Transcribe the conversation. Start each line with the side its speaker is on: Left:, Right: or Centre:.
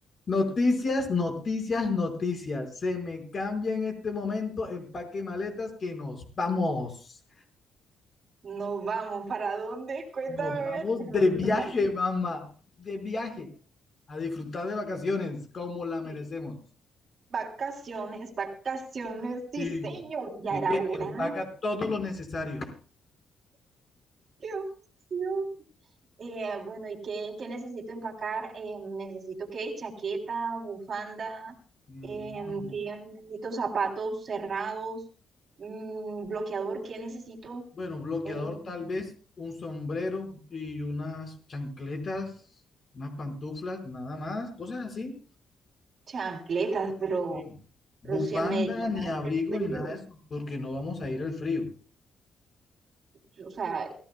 Left: Noticias, noticias, noticias. Se me cambia en este momento empaque maletas que nos vamos.
Right: Nos vamos, ¿para dónde? Cuéntame
Left: Nos
Right: a
Left: vamos
Right: ver, ¿para
Left: de
Right: dónde
Left: viaje,
Right: nos vamos?
Left: mamá. De viaje. A disfrutar de vacaciones como la
Right: Sí.
Left: merecemos.
Right: Vacaciones, vacaciones, sí,
Left: Sí.
Right: señor, ya
Left: Así
Right: era
Left: que
Right: hora.
Left: empaca todo lo necesario.
Right: ¡Qué emoción! Eh, bueno, ¿y qué, qué necesito empacar? Eh, necesito qué, chaqueta, bufanda,
Left: No,
Right: em,
Left: no.
Right: ¿qué? necesito zapatos cerrados, mm, bloqueador, ¿qué necesito?
Left: Bueno, bloqueador
Right: Em,
Left: tal vez, un sombrero y unas chancletas, unas pantuflas, nada más, cosas así.
Right: chancletas, pero,
Left: Sí. Bufanda,
Right: pero si me llega
Left: ni
Right: a
Left: abrigo,
Right: hacer frío.
Left: ni nada de eso, porque no vamos a ir al frío.
Right: Yo, O sea,